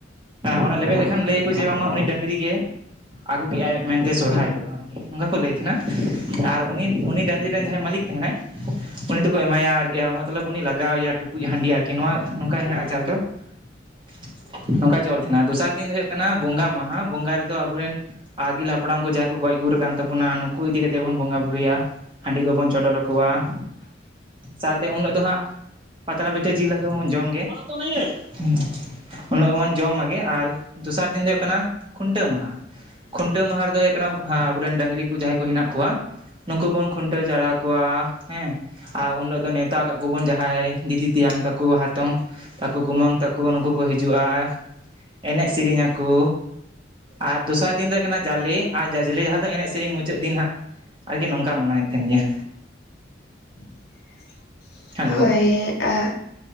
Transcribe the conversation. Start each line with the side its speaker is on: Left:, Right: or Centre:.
Right: ᱚᱱᱟ ᱞᱮᱵᱮᱫ ᱞᱮᱠᱷᱟᱱ ᱞᱟᱹᱭ ᱟᱹᱠᱩ ᱡᱮ ᱵᱟᱝ ᱢᱟ ᱩᱱᱤ ᱰᱟᱺᱜᱽᱨᱤ ᱜᱮ ᱟᱹᱜᱩ ᱠᱮᱜᱼᱟᱭ ᱢᱮᱱᱛᱮ ᱥᱚᱨᱦᱟᱭ ᱫᱚ, ᱟᱨᱠᱤ ᱚᱸᱠᱟ ᱠᱚ ᱞᱟᱹᱭ ᱛᱟᱦᱮᱸᱱᱟ ᱟᱨ ᱩᱱᱤ ᱩᱱᱤ ᱰᱟᱺᱜᱽᱨᱤ ᱨᱮᱱ ᱡᱟᱦᱟᱸᱭ ᱢᱟᱹᱞᱤᱠ ᱛᱟᱦᱮᱸᱱᱟᱭ ᱩᱱᱤ ᱫᱚᱠᱚ ᱮᱢᱟᱭᱟ ᱟᱨ ᱤᱭᱟᱹ ᱢᱟᱛᱞᱟᱵᱽ ᱩᱱᱤ ᱞᱟᱜᱟᱣ ᱟᱭᱟ ᱴᱩᱠᱩᱡ ᱦᱟᱺᱰᱤ ᱟᱨᱠᱤ ᱱᱚᱣᱟ ᱱᱚᱝᱠᱟ ᱦᱮᱱᱟᱜᱼᱟ ᱪᱟᱞ ᱫᱚ, <inaudible> ᱱᱚᱝᱠᱟ ᱪᱚᱞ ᱛᱟᱦᱮᱸᱱᱟ, ᱫᱚᱥᱟᱨ ᱫᱤᱱ ᱫᱚ ᱦᱩᱭᱩᱜ ᱠᱟᱱᱟ ᱵᱚᱸᱜᱟ ᱢᱟᱦᱟ ᱵᱚᱸᱜᱟ ᱨᱮᱫᱚ ᱟᱵᱳᱨᱮᱱ ᱟᱜᱤᱞ ᱦᱟᱯᱲᱟᱢ ᱠᱚ ᱡᱟᱦᱟᱸᱭ ᱠᱚ ᱜᱚᱡ ᱜᱩᱨ ᱠᱟᱱ ᱛᱟᱵᱚᱱᱟ, ᱱᱩᱠᱩ ᱤᱫᱤ ᱠᱟᱛᱮ ᱵᱚᱱ ᱵᱚᱸᱜᱟ ᱵᱩᱨᱩᱭᱟ ᱦᱟᱺᱰᱤ ᱠᱚᱵᱚᱱ ᱪᱚᱰᱚᱨ ᱟᱠᱚᱣᱟ, ᱥᱟᱶᱛᱮ ᱩᱱ ᱦᱤᱞᱳᱜ ᱫᱚ ᱦᱟᱸᱜ ᱯᱟᱛᱲᱟ ᱯᱤᱴᱷᱟᱹ ᱡᱤᱞ ᱦᱟᱠᱚ ᱵᱚᱱ ᱡᱚᱢ ᱜᱮ, ᱢᱚᱱᱚ ᱛᱚ ᱱᱟᱹᱦᱤ ᱦᱟᱭ, <inaudible> ᱩᱱ ᱦᱤᱞᱳᱜ ᱢᱟᱵᱚᱱ ᱡᱚᱢ ᱢᱟᱜᱮ ᱟᱨ ᱫᱚᱥᱟᱨ ᱫᱤᱱ ᱫᱚ ᱦᱩᱭᱩᱜ ᱠᱟᱱᱟ ᱠᱷᱩᱱᱴᱟᱹᱣ ᱢᱟᱦᱟ᱾ ᱠᱷᱩᱱᱴᱟᱹᱣ ᱢᱟᱦᱟ ᱨᱮᱫᱚ ᱦᱩᱭᱩᱜ ᱠᱟᱱᱟᱵ ᱟᱸ ᱟᱹᱵᱩᱨᱮᱱ ᱰᱟᱺᱜᱽᱨᱤ ᱠᱚ ᱡᱟᱦᱟᱸᱭ ᱠᱚ ᱦᱮᱱᱟᱜ ᱠᱚᱣᱟ ᱱᱩᱝᱠᱩ ᱵᱚᱱ ᱠᱷᱩᱱᱴᱟᱹᱣ ᱪᱟᱣᱨᱟᱣ ᱠᱚᱣᱟ ᱦᱮᱸ, ᱟ ᱩᱱ ᱦᱤᱞᱳᱜ ᱫᱚ ᱱᱮᱶᱛᱟ ᱦᱟᱠᱟᱫ ᱠᱚᱵᱚᱱ ᱡᱟᱦᱟᱸᱭ ᱫᱤᱫᱤ ᱛᱮᱭᱟᱝ ᱛᱟᱠᱚ ᱦᱟᱛᱚᱢ, ᱠᱩ ᱠᱩᱢᱟᱹᱝ ᱛᱟᱠᱚ ᱱᱩᱠᱩ ᱠᱚ ᱦᱤᱡᱩᱜᱼᱟ, ᱮᱱᱮᱡ ᱥᱤᱨᱤᱧ ᱟᱹᱠᱚ, ᱟᱨ ᱫᱚᱥᱟᱨ ᱫᱤᱱ ᱫᱚ ᱦᱩᱭᱩᱜ ᱠᱟᱱᱟ ᱡᱟᱞᱮ ᱟᱨ ᱡᱟᱡᱽᱞᱮ ᱡᱟᱦᱟᱸ ᱫᱚ ᱮᱱᱮᱡ ᱥᱤᱨᱤᱧ ᱢᱩᱪᱟᱹᱫ ᱫᱤᱱ ᱦᱟᱸᱜ, ᱟᱨᱠᱤ ᱱᱚᱝᱠᱟ ᱢᱟᱱᱟᱣ ᱦᱩᱭᱩᱜ ᱛᱟᱦᱮᱸᱱ ᱜᱮᱭᱟ᱾
Left: <inaudible>
Right: ᱦᱮᱞᱳ
Left: ᱦᱳᱭᱻ ᱟ,